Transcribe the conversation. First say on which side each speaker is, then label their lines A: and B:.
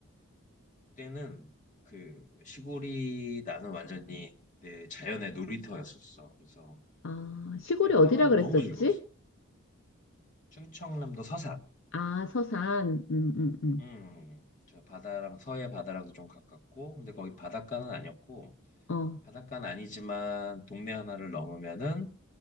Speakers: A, on the left; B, on the left.
A: 그때는 그 시골이 나는 완전히 내 자연의 놀이터였었어. 그래서
B: 아, 시골이
A: 그냥
B: 어디라
A: 하루하루
B: 그랬었지?
A: 너무 즐거웠어. 충청남도 서산.
B: 아, 서산. 응, 응, 응.
A: 음, 저 바다랑 서해 바다랑도 좀 가깝고, 근데 거기 바닷가는 아니었고,
B: 어.
A: 바닷가는 아니지만 동네 하나를 넘으면은